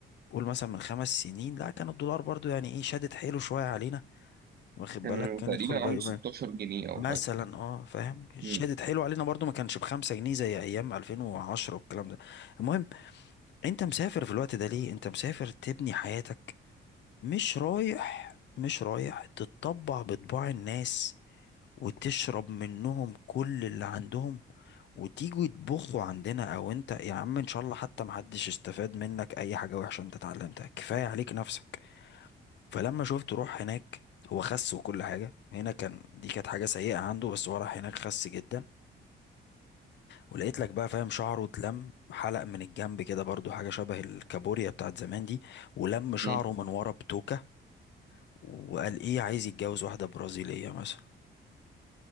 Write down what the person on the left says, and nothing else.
قول مثلا من خمس سنين لا كان الدولار برضو يعني ايه شادت حيله شوية علينا واخد
بالك كان
يدخل بقى-
مثلا
اه فاهم شادت
حيله علينا برضو ما كانش بخمسة جنيه زي ايام 2010 والكلام ده المهم انت مسافر في الوقت ده ليه انت مسافر تبني حياتك مش رايح مش رايح تتطبع بطباع الناس وتشرب منهم كل اللي عندهم وتيجوا يطبخوا عندنا او انت يا عم ان شاء الله حتى محدش استفاد منك اي حاجة وحشة انت اتعلمتها كفاية عليك نفسك فلما شفت روح هناك هو خس وكل حاجة هنا كان دي كانت حاجة سيئة عنده بس هو راح هناك خس جدا ولقيت لك بقى فاهم شعره اتلم حلق من الجنب كده برضو حاجة شبه الكابوريا بتاعت زمان دي ولم شعره
من ورا بتوكة وقال ايه عايز يتجوز واحدة برازيلية مثلا